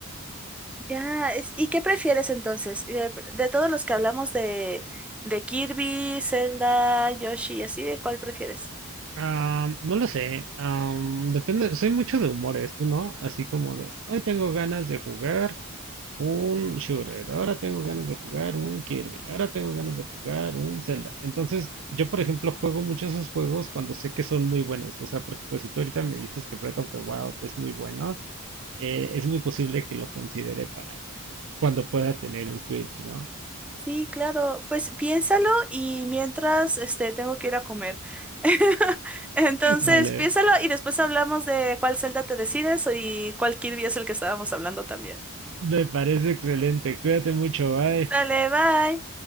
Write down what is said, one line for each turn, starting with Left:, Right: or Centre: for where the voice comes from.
Centre: Ya, es- ¿y qué prefieres entonces? Eh, pr- De, todos los que hablamos de, de Kirby, Zelda, Yoshi, así, ¿de cuál prefieres?
Right: Ah, no lo sé. am, depende. Soy mucho de humores, ¿tú no? Así como de, hoy tengo ganas de jugar un shooter, ahora tengo ganas de jugar un Kirby, ahora tengo ganas de jugar un Zelda. Entonces, yo, por ejemplo, juego muchos esos juegos cuando sé que son muy buenos. O sea, por ejemplo, si tú ahorita me dices que Breath of the Wild es muy bueno, eh, es muy posible que lo considere para cuando pueda tener un Switch, ¿no?
Centre: Sí, claro, pues piénsalo y mientras este tengo que ir a comer. <laughs> Entonces,
Right: <laughs> Vale.
Centre: piénsalo y después hablamos de cuál Zelda te decides y cuál Kirby es el que estábamos hablando también.
Right: Me parece excelente. Cuídate mucho. Bye.
Centre: Dale, bye.